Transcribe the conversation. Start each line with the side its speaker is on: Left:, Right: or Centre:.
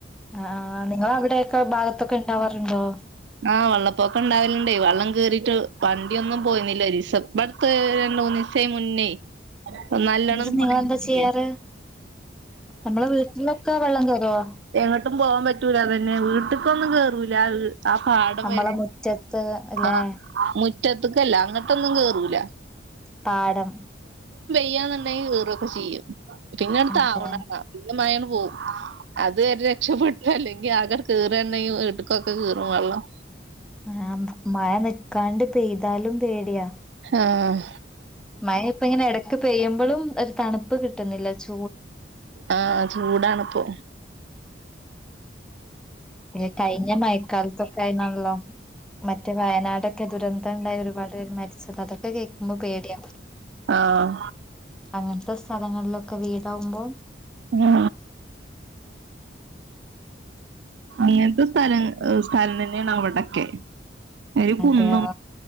Centre: ആഹ് നിങ്ങൾ അവിടൊക്കെ ഭാഗത്തൊക്കെ ഇണ്ടാവാറുണ്ടോ?
Right: ആഹ് വള്ളപ്പൊക്കം ഇ ണ്ടാവലുണ്ടേ വെള്ളം കേറിയിട്ട് വണ്ടിയൊന്നും പോയിന്നില്ല ഒരീസം ബട്ത് രണ്ടു മൂന്നീസം മുന്നേ നല്ലോണം
Centre: എന്നിട്ട് നിങ്ങളെന്താ
Right: മയ പെയ്തില്ലേ
Centre: ചെയ്യാറ് നമ്മളെ വീട്ടിലൊക്കെ വെള്ളം കേറുവാ
Right: എങ്ങോട്ടും പോവാൻ പറ്റൂലതന്നെ വീട്ട്ക്കൊന്നും കേറൂല. ആ പാടം
Centre: നമ്മളെ
Right: വരെ
Centre: മുറ്റത്ത് അല്ലെ
Right: ആ മുറ്റത്ത്ക്കല്ല അങ്ങട്ടൊന്നും കേറൂല.
Centre: പാടം
Right: പെയ്യാന്നുണ്ടെങ്കി കേറോക്കെ ചെയ്യും. പിന്നെ ആണ്ട്
Centre: അതെ
Right: താവ്ണ ണാ പിന്നെ മയാണ്ട് പോവും. അതുവരെ രക്ഷപ്പെട്ടു അല്ലെങ്കി ആകെ കേറങ്കിൽ വീട്ടക്കൊക്കെ കേറും വെള്ളം.
Centre: ആ മഴ നിക്കാണ്ട് പെയ്താലും പേടിയാ
Right: ആഹ
Centre: മഴ ഇപ്പ ഇങ്ങനെ എടക്ക് പെയ്യുമ്പോഴും ഒരു തണുപ്പ് കിട്ടുന്നില്ല ചൂ
Right: ആഹ ചൂടാണ് പ്പൊ
Centre: അ കഴിഞ്ഞ മയക്കാലത്തൊക്കെ അയിനല്ലോ മറ്റേ വയനാടൊക്കെ ദുരന്തം ഉണ്ടായി ഒരുപാട് പേര് മരിച്ചത് അതൊക്കെ കേക്കുമ്പോ പേടിയ
Right: ആഹ
Centre: അങ്ങനത്തെ സ്ഥലങ്ങളിലൊക്കെ വീടാവുമ്പോ
Right: മ് ഇങ്ങനത്തെ സ്ഥലം സ്ഥലം തന്നെയാണ് അവിടൊക്കെ ഒര്
Centre: അതെയ
Right: കുന്നും